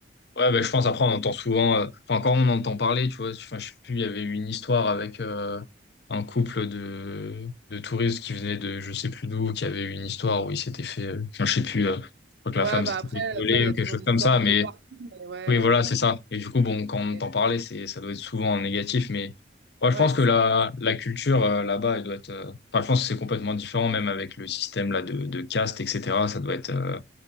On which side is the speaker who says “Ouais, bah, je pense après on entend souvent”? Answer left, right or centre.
Left